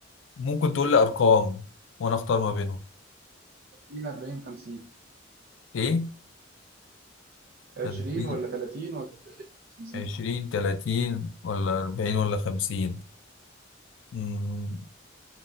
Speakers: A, on the left (about 70°); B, on the right (about 50°).
A: ممكن تقول لي أرقام وأنا أختار ما بينهم
B: 20 40 50
A: إيه؟
B: 20
A: تلاتين
B: ولا 30 50
A: عشرين تلاتين ولا أربعين ولا خمسين مم،